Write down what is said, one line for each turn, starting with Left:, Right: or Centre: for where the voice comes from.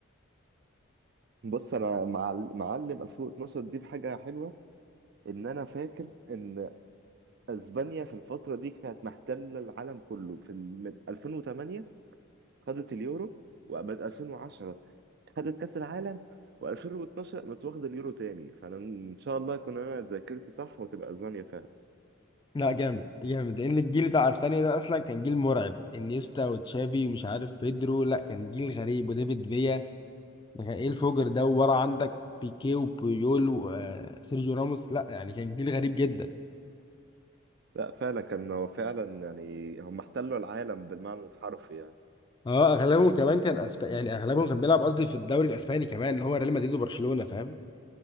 Right: بص انا معل- معلم 2012 دي بحاجه حلوه ان انا فاكر ان اسبانيا في الفتره دي كانت محتله العالم كله في ال- من 2008 خدت اليورو وبعد 2010 خدت كاس العالم و2012 قامت واخده اليورو تاني فانا ان شاء الله يكون انا ذاكرتي صح وتبقى اسبانيا فعلا
Left: لا جامد جامد لان الجيل بتاع اسبانيا ده اصلا كان جيل مرعب انيستا وتشافي ومش عارف بيدرو لا كان جيل غريب وديفيد فيا ده كان ايه الفجر ده وورا عندك بيكيه وبويول وسيرجيو راموس لا يعني كان جيل غريب جدا
Right: لا فعلا كان هو فعلا يعني هم احتلوا العالم بالمعنى الحرفي يعني
Left: اه اغلبهم كمان كان اسباني يعني اغلبهم كان بيلعب قصدي في الدوري الاسباني كمان اللي هو ريال مدريد وبرشلونة فاهم